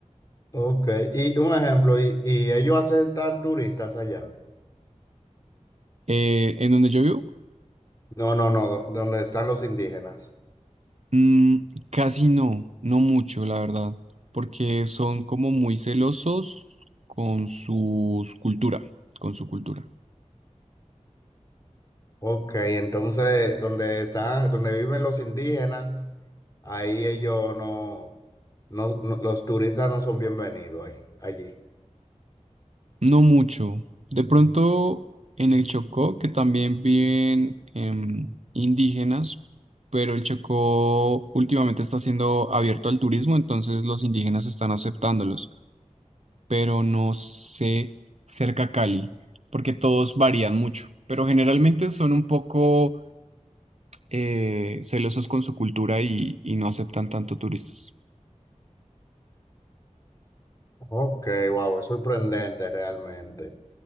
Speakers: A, on the left; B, on the right.
A: Ok, y un ejemplo, y, y ellos aceptan turistas allá.
B: Eh, en donde yo vivo,
A: No, no, no, do- donde están los indígenas.
B: mm, casi no, no mucho, la verdad, porque son como muy celosos con su cultura, con su cultura.
A: Ok, entonces, donde están, donde viven los indígenas, ahí ellos no, no, no- los turistas no son bienvenidos ahí, allí.
B: No mucho. De pronto en el Chocó, que también viven em, indígenas, pero el Chocó últimamente está siendo abierto al turismo, entonces los indígenas están aceptándolos, pero no sé cerca a Cali, porque todos varían mucho, pero generalmente son un poco eh, celosos con su cultura y, y no aceptan tanto turistas.
A: Ok, wow, es sorprendente realmente.